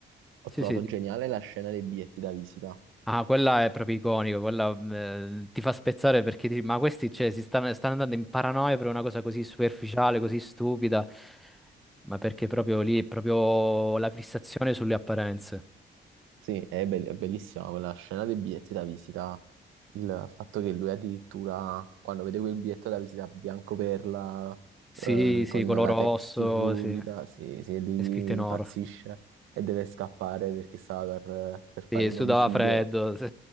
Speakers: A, on the right; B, in the centre.
A: ho
B: sì,
A: trovato
B: sì. di-
A: geniale la scena dei biglietti da visita.
B: Ah, quella è proprio iconica, quella eh, ti fa spezzare perché dici, ma questi cioè, si stanno, stanno andando in paranoia per una cosa così superficiale, così stupida, ma perché proprio lì è proprio la fissazione sulle apparenze.
A: Sì, è, be- è bellissima quella scena dei biglietti da visita, il fatto che lui addirittura quando vede quel biglietto da visita bianco perla,
B: Sì,
A: eh,
B: sì,
A: con
B: color
A: la
B: rosso,
A: texture ruvida,
B: sì, è
A: se, se lui
B: scritto in
A: impazzisce
B: oro.
A: e deve scappare perché stava per, per fare
B: Sì,
A: un
B: sudava
A: omicidio,
B: freddo. sì.